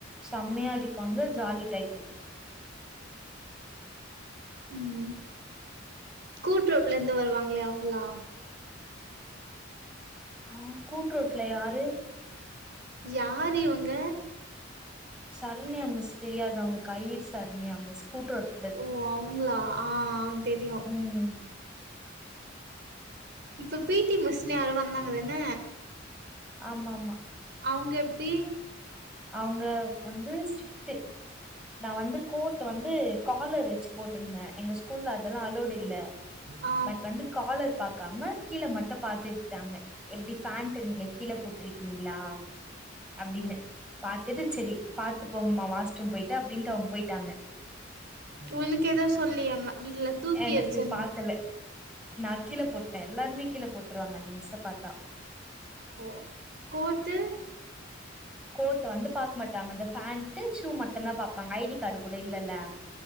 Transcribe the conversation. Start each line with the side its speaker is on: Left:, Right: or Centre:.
Centre: செம்மையா அடிப்பாங்க ஜாலி டைப்பு
Right: ம் கூட்ரோட்ல இருந்து வருவாங்களே அவுங்களா
Centre: ஆமா கூட்டுரோட்ல யாரு
Right: யார் இவங்க
Centre: சரணியா மிஸ் தெரியாதா உனக்கு ஐயிர் சரணியா மிஸ் கூட்ரோட்
Right: ஓ அவுங்களா ஆ ஆ தெரியு
Centre: ம்
Right: இப்ப பி டி மிஸ்னு யாரோ வந்தாங்கதன
Centre: ஆமா ஆமா
Right: அவுங்க எப்டி
Centre: அவுங்க வந்து ஸ்டிட்டு நா வந்து கோர்ட்டு வந்து காலர் வச்சு போட்டிருந்த எங்க ஸ்கூல்ல அதெல்லா அலோடு இல்ல
Right: ஆ
Centre: பட் வந்து காலர் பாக்காம கீழ மட்டும் பாத்துக்கிட்டாங்க எப்டி ஃபேண்ட்டு நீங்க கீழ போட் ட்ருக்கீங்களா அப்டின்னு பாத்துட்டு சரி பாத்து போங்கம்மா வாஸ்ரூம் போயிட்டு அப்டின்ட்டு அவுங்க போயிட்டாங்க
Right: உனக்கு எது சொல்லியா ம இல்ல தூக்கி
Centre: எனக்கு
Right: எறிச்சன்
Centre: பாக்கல நா கீழ போட்டே எல்லாருமே கீழ போட்ருவாங்க அந்த மிஷ்ஸ பாத்தா
Right: ஓ கோட்டு
Centre: கோட்டு வந்து பாக்க மாட்டாங்க அந்த பேண்ட் ஷூ மட்டுதா பாப்பாங்க ஐடி கார்டு கூட இல்லல்ல